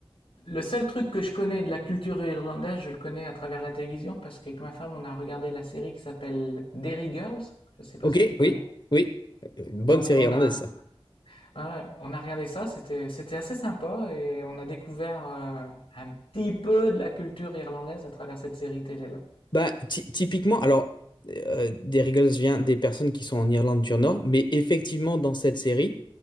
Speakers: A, on the left (about 75°); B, on the left (about 55°).
A: le seul truc que je connais de la culture irlandaise, je le connais à travers la télévision parce qu'avec ma femme, on a regardé la série qui s'appelle Derry Girls. Je sais pas
B: Ok,
A: si tu connais.
B: oui, oui. Euh, Bonne
A: Donc
B: série
A: on
B: irlandaise,
A: a,
B: ça.
A: ouais, on a regardé ça, c'était, c'était assez sympa et on a découvert euh, un petit peu de la culture irlandaise à travers cette série télé-là.
B: Bah, ty- typiquement, alors, euh, des Riggles vient des personnes qui sont en Irlande du Nord, mais effectivement, dans cette série,